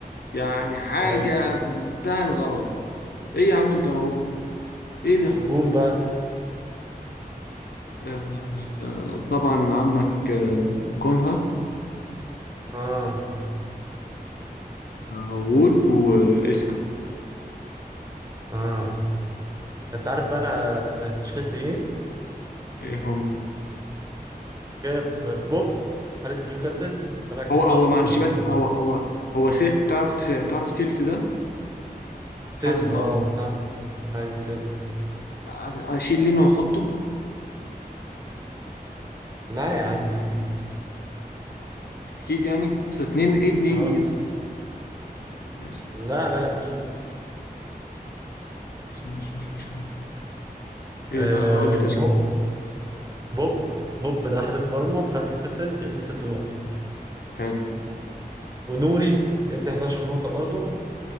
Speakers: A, on the left (about 85°); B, on the right (about 25°).
A: يعني حاجة
B: ايوه
A: في منتهى الغرابة ايه يا عم انت هو ايه ده
B: الهجوم بقى
A: آه طبعا عمك آه كونها
B: اه
A: ووود واسكا
B: اه انت عارف بقى انا تشكيلتي ايه
A: ايه هم
B: جايب بوب حارس نيوكاسل طلع كلين
A: هو هو
B: شيت
A: معلش
B: مديني
A: بس هو هو هو سي... تعرف تعرف سيلسي ده
B: سيلز
A: حارس مرمى
B: اه بتاع ايوه سيلز
A: ع- اشيل لين واحطه
B: لا يا عم سيبه
A: اكيد يعني بس اتنين ايه اتنين
B: اه
A: دي اصلا ماشي
B: لا لا سيب
A: بس ماشي مش مشكلة ايه
B: آه
A: بقى اقول لي تشكيلتك
B: بوب بوب بوب ده حارس مرمى بتاع نيوكاسل جايب لي ست نقط
A: حلو
B: ونوري جايب لي 11 نقطة برضه